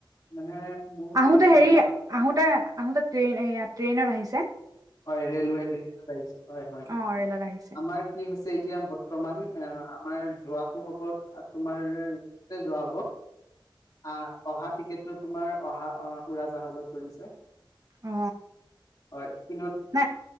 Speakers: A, on the left (about 45°); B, on the right (about 45°).
A: মানে মোৰ
B: আহোঁতে
A: তেনেকুৱাকে
B: হেৰি
A: আমাৰ
B: আহোঁতে, আহোঁতে ট্ৰেইন এইয়া ট্ৰেইনত আহিছে।
A: হয় ৰেলৱে ৰেলত আহিছে, হয়, হয়,
B: অ ৰে'লত আহিছে
A: আমাৰ কি হৈছে এতিয়া বৰ্তমান এ তোমাৰ যোৱাটো হ'ব, তোমাৰ ৰেলতে যোৱা হ'ব। আ অহা টিকেট টো তোমাৰ অহা অ' উৰাজাহাজত কৰিছে
B: অ
A: হয় <unintelligible> হে
B: নাই